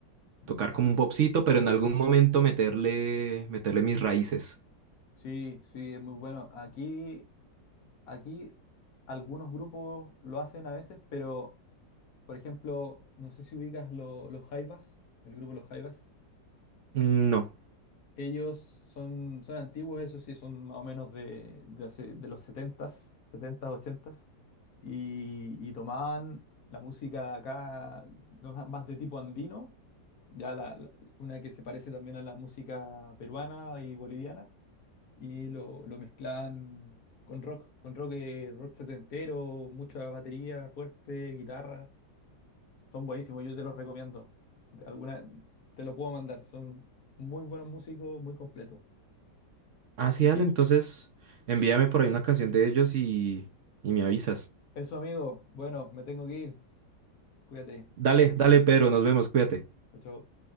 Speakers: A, on the right; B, on the left.
A: Tocar
B: Ex-
A: como un popcito, pero en algún momento meterle, meterle mis raíces.
B: Sí, sí, es muy bueno. Aquí, aquí algunos grupos lo hacen a veces, pero por ejemplo, no sé si ubicas lo- los Jaivas, el grupo Los Jaivas.
A: Mm, No.
B: Ellos son, son antiguos, eso sí, son más o menos de, de, hace- de los setentas setentas ochentas y, y tomaban la música acá no, más más de tipo andino, ya la, la- una que se parece también a la música peruana y boliviana, y lo, lo mezclaban con rock, con rock, eh, rock setentero, mucha batería fuerte, guitarra, son buenísimos, yo te los recomiendo. Alguna, te lo puedo mandar, son muy buenos músicos, muy completos.
A: Ah,
B: Así
A: sí, dale,
B: que
A: entonces envíame por ahí una canción de ellos y, y me avisas.
B: eso, amigo. Bueno, me tengo que ir. Cuídate.
A: Dale, dale, Pedro, nos vemos, cuídate.
B: Chao, chao.